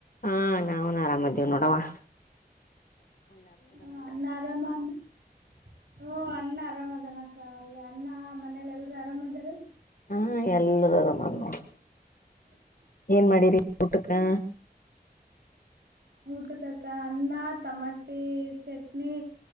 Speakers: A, on the left (about 60°); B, on the right (about 90°).
A: ಹಾ ನಾವುನು ಆರಾಮದ್ದಿವ್ ನೋಡವಾ
B: ಹ ಅನ್ನ ಆರಾಮ ಅಂದು ಹ್ಮೊ ಅಣ್ಣ ಅರಾಮ ಅದನಕ್ಕ ಅಲ್ಲಿ ಅಣ್ಣ ಮನೇಲೆ ಎಲ್ರು ಆರಾಮ್ದಾರಿಲ್
A: ಹಾ ಎಲ್ರು ಅರಮವ್ರ್ ನೊಡು
B: <unintelligible>
A: ಏನ್ ಮಾಡಿರಿ ಊಟಕ್ಕೆ
B: ಊಟಕ್ಕಕ್ಕ ಅನ್ನ ತಟಮಟಿ ಚಟ್ನಿ